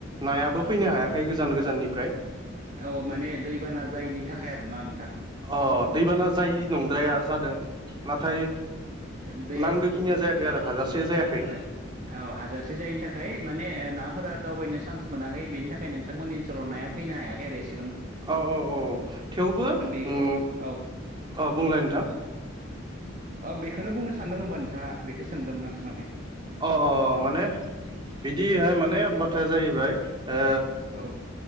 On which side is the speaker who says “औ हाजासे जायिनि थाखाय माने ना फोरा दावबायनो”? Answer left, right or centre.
Right